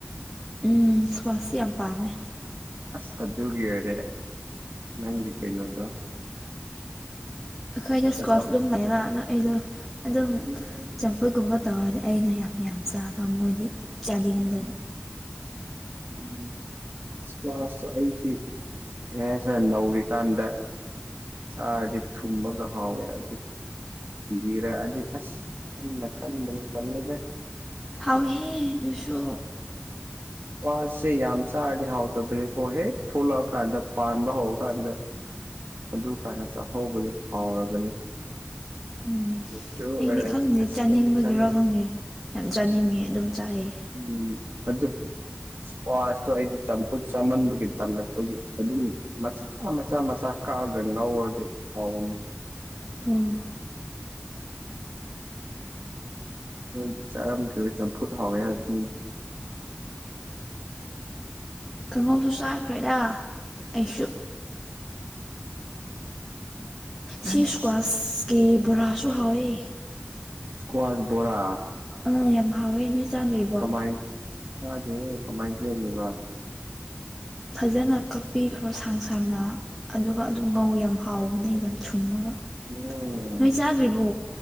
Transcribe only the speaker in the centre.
ꯎꯝ ꯁ꯭ꯋꯥꯁꯇꯤ ꯌꯥꯝ ꯄꯥꯝꯃꯦ
ꯑꯩꯈꯣꯏꯗ ꯏꯁꯀ꯭ꯋꯥꯁ
ꯑꯗꯨꯝ ꯂꯩꯕ ꯑꯗꯣ ꯑꯩꯗꯣ ꯑꯗꯨꯝ
ꯑꯩꯗꯨꯒꯨꯝꯕ ꯇꯧꯔꯗꯤ ꯑꯩꯅ ꯌꯥꯝ ꯌꯥꯝ ꯆꯥꯕ ꯃꯣꯏꯗꯤ ꯆꯥꯅꯤꯡꯗꯕ
ꯍꯥꯎꯏꯍꯦ ꯑꯗꯨꯁꯨ
ꯎꯝ
ꯑꯩꯗꯤ ꯈꯪꯗꯦ
ꯆꯥꯅꯤꯡꯕꯒꯤꯔ
ꯈꯪꯗꯦ ꯌꯥꯝ ꯆꯥꯅꯤꯡꯉꯦ ꯑꯗꯨꯝ ꯆꯥꯏꯌꯦ
ꯑꯣ
ꯀꯥꯡꯉꯧꯁꯨ ꯆꯥꯈ꯭ꯔꯦꯗ ꯑꯩꯁꯨ ꯁꯤ
ꯏꯁꯀ꯭ꯋꯥꯁꯀꯤ ꯕꯣꯔꯥꯁꯨ ꯍꯥꯎꯋꯦ
ꯑꯥ ꯌꯥꯝ ꯍꯥꯎꯋꯦ ꯅꯣꯏ ꯆꯥꯗ꯭ꯔꯤꯕꯣ
ꯐꯖꯅ ꯀꯛꯄꯤꯈ꯭ꯔꯣ ꯁꯥꯡ ꯁꯥꯡꯅ ꯑꯗꯨꯒ ꯑꯗꯨꯝ ꯉꯧ ꯌꯥꯝ ꯍꯥꯎꯕꯅꯦ ꯑꯩ ꯌꯥꯝ ꯊꯨꯝꯃꯒ
ꯅꯣꯏ ꯆꯥꯗ꯭ꯔꯤꯕꯣ